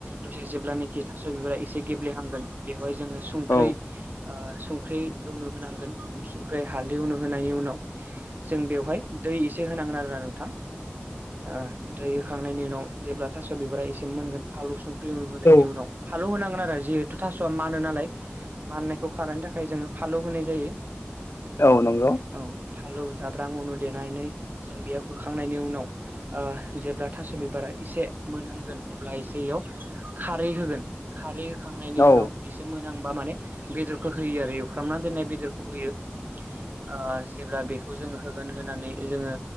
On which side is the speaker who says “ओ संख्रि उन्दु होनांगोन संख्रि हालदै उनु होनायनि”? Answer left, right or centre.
Right